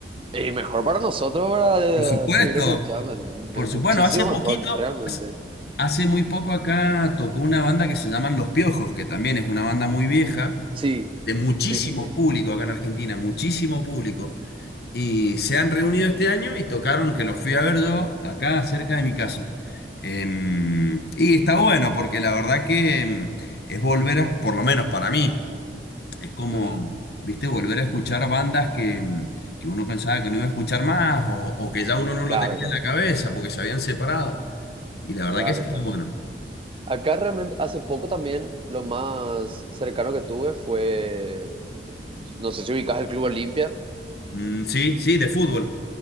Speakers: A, on the right (about 30°); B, on the left (about 60°).
A: Y mejor para nosotros para
B: Por supuesto,
A: eh, seguir escuchándole. me-
B: por
A: Muchísimo
B: supuesto, bueno, hace poquito,
A: mejor, realmente.
B: hace muy poco acá tocó una banda que se llaman Los Piojos, que también es una banda muy vieja
A: Sí,
B: de muchísimo
A: sí, sí, sí.
B: público acá en Argentina, muchísimo público. Y se han reunido este año y tocaron, que los fui a ver yo, acá cerca de mi casa. Em, y está bueno porque la verdad que em, es volver a, por lo menos para mí, es como,
A: Mm,
B: viste, volver a escuchar bandas que, em, que uno pensaba que no iba a escuchar más o, o que ya uno no
A: claro,
B: lo tenía
A: claro,
B: en la cabeza porque se habían separado. Y la verdad
A: claro,
B: que eso está
A: claro.
B: bueno.
A: Acá realmente, hace poco también lo más cercano que tuve fue, no sé si ubicas el Club Olimpia.
B: Mm, sí, sí, de fútbol.